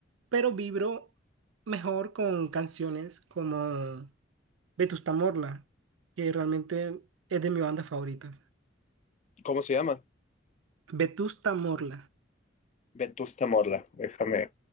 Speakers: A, on the right; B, on the left.
A: pero vibro mejor con canciones como Vetusta Morla, que realmente es de mi banda favorita.
B: ¿cómo se llama?
A: Vetusta Morla,
B: Vetusta Morla, déjame.